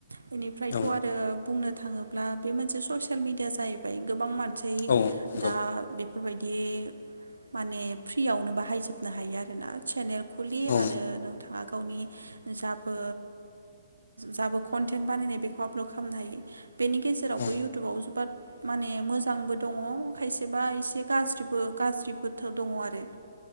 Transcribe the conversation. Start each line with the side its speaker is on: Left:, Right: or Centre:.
Right: बेनिफ्रायथ'
Left: औ
Right: आरो बुंनो थाङोब्ला बे मोनसे ससियेल मिडिया जाहैबाय गोबां मानसि सै
Left: औ नंगौ
Right: दा बेफोरबायदि बि माने फ्रियावनो बाहायजोबनो हायो आरोना सेनेल खुलि
Left: औ
Right: आरो नों बिथाङा गावनि जाबो जाबो कनटेन्ट बानायनाय बेखौ आपलड खालामनो हायो बेनि गेजेरावबो
Left: औ
Right: इउटुबाव जोबोद माने मोजां मोजांबो दङ' खायसेबा एसे गाज्रिबो गाज्रिबोथोर दङ' आरो ओ